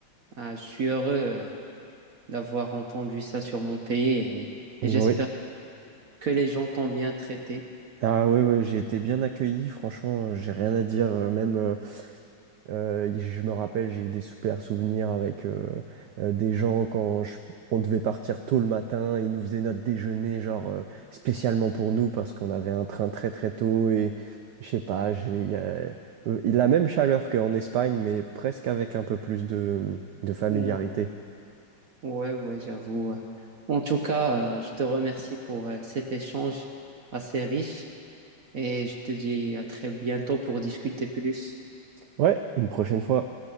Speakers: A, on the right (about 60°); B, on the right (about 85°).
A: euh, je suis heureux euh, d'avoir entendu ça sur mon pays et,
B: Oui.
A: et j'espère que les gens t'ont bien traité.
B: Ah ouais, ouais, j'ai été bien accueilli, franchement, j'ai rien à dire. euh, Même, euh, euh, je me rappelle, j'ai eu des super souvenirs avec euh, euh, des gens quand je- on devait partir tôt le matin, ils nous faisaient notre déjeuner, genre euh, spécialement pour nous, parce qu'on avait un train très très tôt et je sais pas, j'ai, il y a, euh, la même chaleur qu'en Espagne, mais presque avec un peu plus de, de familiarité.
A: Ouais, ouais, ouais, j'avoue. ouais. En tout cas, euh, je te remercie pour euh, cet échange assez riche et je te dis à très bientôt pour discuter plus.
B: Ouais, une prochaine fois.